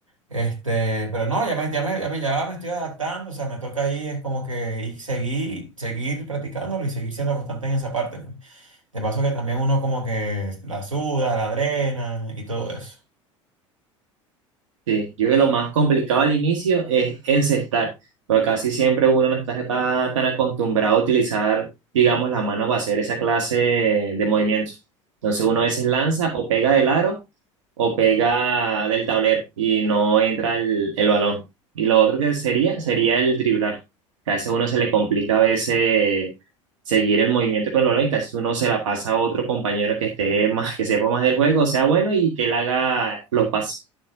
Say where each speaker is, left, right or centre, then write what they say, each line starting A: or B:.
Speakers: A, on the right; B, on the right.
A: Este, pero no, ya me, ya me, ya me, ya me estoy adaptando, o sea, me toca ahí, es como que y seguir, seguir practicándolo y seguir siendo constante en esa parte, pues. De paso que también uno como que la suda, la drena y todo eso.
B: Sí, yo creo que lo más complicado al inicio es encestar, porque casi siempre uno no está, está tan acostumbrado a utilizar, digamos, la mano para hacer esa clase de movimientos. Entonces uno a veces lanza o pega del aro o pega del tablero y no entra el, el balón. Y lo otro que sería, sería el driblar. Que a veces uno se le complica a veces seguir el movimiento con el balón y casi uno se la pasa a otro compañero que esté más, que sepa más del juego, sea bueno y que él haga los pases.